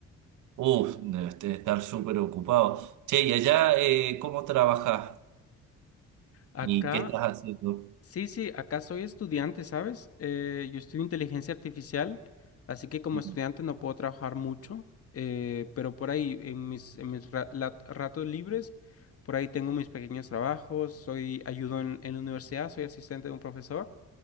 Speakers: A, on the right (about 80°); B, on the left (about 50°).
A: Uf, debes de estar súper ocupado. Che, y allá, eh, ¿cómo trabajás?
B: Acá
A: ¿Y qué estás haciendo?
B: Sí, sí, acá soy estudiante, ¿sabes? Eh, yo estudio inteligencia artificial, así que como
A: Mm,
B: estudiante no puedo trabajar mucho, eh, pero por ahí en mis, en mis ra- lat- ratos libres, por ahí tengo mis pequeños trabajos, soy ayudo en, en la universidad, soy asistente de un profesor